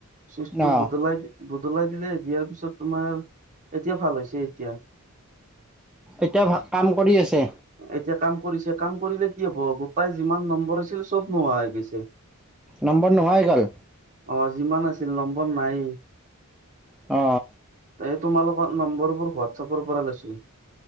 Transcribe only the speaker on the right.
চুইচটো
বদলাই বদলাই দিলে দিয়াৰ পিছত তোমাৰ এতিয়া ভাল হৈছে এতিয়া
এতিয়া কাম কৰিছে কাম কৰিলে কি হব গোপাই যিমান নম্বৰ আ ছিল চব নোহোৱা হৈ গৈছে
অ যিমান আছিল নম্বৰ নায়েই
এই তোমালোকৰ নম্বৰবোৰ হোৱাটচাপৰ পৰা লৈছি